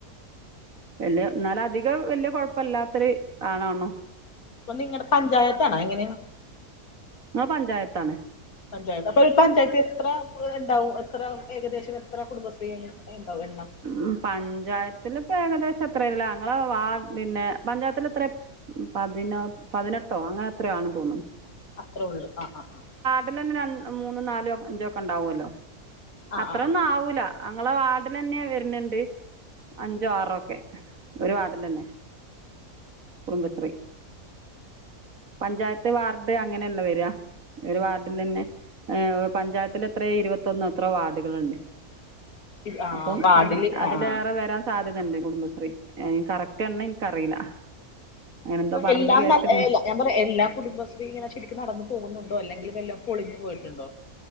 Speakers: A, on the right; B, on the left.
A: <unintelligible> എന്നാല് അധികം വല്യ കൊഴപ്പല്ലാത്തൊര് ആണാണോ.
B: അപ്പോ നിങ്ങടെ പഞ്ചായത്താണോ എങ്ങനെയാണ്.
A: ഞാൻ പഞ്ചായത്താണ്.
B: പഞ്ചായത്ത് അപ്പ പഞ്ചായത്ത് എത്ര ഉണ്ടാവും എത്ര ഏകദേശം എത്ര കുടുംബശ്രീ ഇണ്ടാവും എണ്ണം
A: ഉ പഞ്ചായത്തില് ഇപ്പോ ഏകദേശം എത്രല്ല ഞങ്ങള വാർഡ പിന്നെ പഞ്ചായത്തിലെത്ര പതിന പതിനെട്ടോ അങ്ങനെ എത്രയോ ആണ് തോന്നണ്
B: അത്രേ ഉള്ളൂ ആ ആ ആഹ്
A: ഇപ്പോ തന്നെ മൂന്നും നാലും ഒക്കെ ഉണ്ടാവുമല്ലോ
B: ആ
A: അത്രന്നും
B: ആ ആ ആ
A: ആവൂല ഇപ്പോ തന്നെ വരുന്നുണ്ട് അഞ്ചോ ആറോക്കെ ഒരു വാർഡിൽ തന്നെ കുടുംബശ്രീ. പഞ്ചായത്ത് വാർഡ് അങ്ങനെയല്ലേ വരാ ഒരു വാർഡിലന്നെ പഞ്ചായത്തിൽ എത്രയോ ഇരുപത്തൊന്നോ എത്രയോ വാർഡുകള്ണ്ട്
B: <inaudible>
A: അപ്പം
B: വാർഡില്
A: അതി
B: ആ
A: അതിലേറെ
B: ആ
A: വരാൻ സാധ്യതയണ്ട് കുടുംബശ്രീ കറക്റ്റ് എണ്ണനിക്കറിയില്ല. അങ്ങനെന്തോ
B: അപ്പൊ
A: പറഞ്ഞുകേട്ടിന്ന്
B: എല്ലാം നല്ല എല്ലാ ഞാൻ പറയാ എല്ലാ കുടുംബശ്രീ ഇങ്ങനെ ശരിക്കും നടന്ന് പോകുന്നുണ്ടോ അല്ലെങ്കിൽ വെല്ലോം പൊളിഞ്ഞു പോയിട്ടുണ്ടോ?